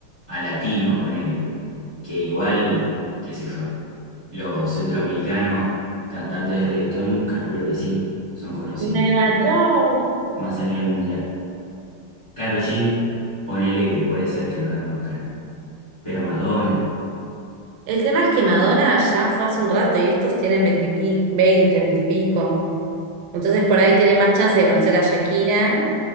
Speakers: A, on the left; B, on the right.
A: a latinos, ponele. Que igual, qué sé yo. Los centroamericanos, cantantes de reggaetón, calculo que sí, son conocidos,
B: Nueva York.
A: más a nivel mundial. Karol G, ponele que puede ser que no la conozcan, pero Madonna,
B: El tema es que Madonna ya fue hace un rato y estos tienen veinte veinte pi- y pico. Entonces por ahí tienen más chance de conocer a Shakira